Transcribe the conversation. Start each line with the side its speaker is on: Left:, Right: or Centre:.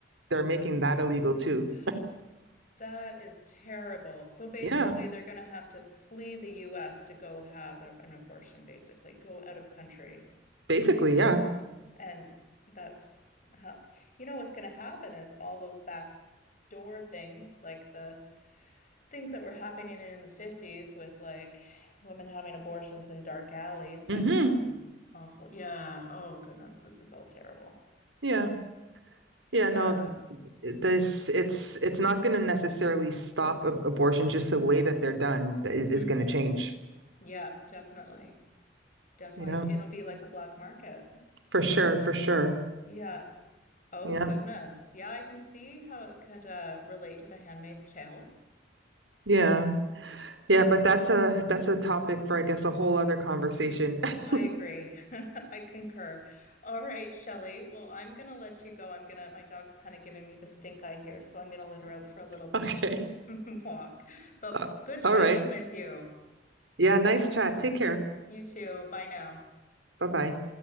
Right: they're making
Left: my.
Right: that illegal too.
Left: <gasps> That is terrible. So basically,
Right: Yeah,
Left: they're going to have to flee the US to go have a- an abortion, basically, go out of country.
Right: basically, yeah.
Left: And that's how, you know, what's going to happen is all those back door things like the things that were happening in the 50s with like women having abortions in dark alleys by
Right: hmm
Left: some awful, yeah. Oh goodness, this is all terrible.
Right: Yeah. Yeah,
Left: Yeah.
Right: no, there's it's it's not going to necessarily stop ab- abortion just the way that they're done is is
Left: hmm
Right: going to change
Left: Yeah, definitely. Definitely.
Right: yeah
Left: It'll be like a black market.
Right: for sure for sure
Left: Yeah. Oh
Right: yeah
Left: goodness. Yeah, I can see how it could uh, relate to The Handmaid's Tale.
Right: yeah yeah but that's a that's a topic for I guess a whole other conversation <laughs>
Left: I agree. <laughs> I concur. All right, Shelley. Well, I'm gonna let you go. I'm gonna, my dog's kind of giving me the stink eye here, so I'm gonna let her out for a little
Right: Okay.
Left: <laughs> walk. But
Right: Uh,
Left: good chatting
Right: all right
Left: with you.
Right: yeah nice chat take care
Left: You too. Bye now.
Right: bye bye